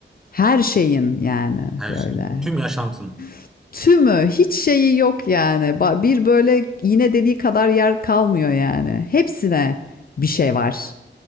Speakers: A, on the left; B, in the centre.
A: Her şeyin yani
B: Her
A: böyle.
B: şeyin. Tüm yaşantın.
A: <laughs> Tümü hiç şeyi yok yani. Bir böyle iğne deliği kadar yer kalmıyor yani. Hepsine bir şey var.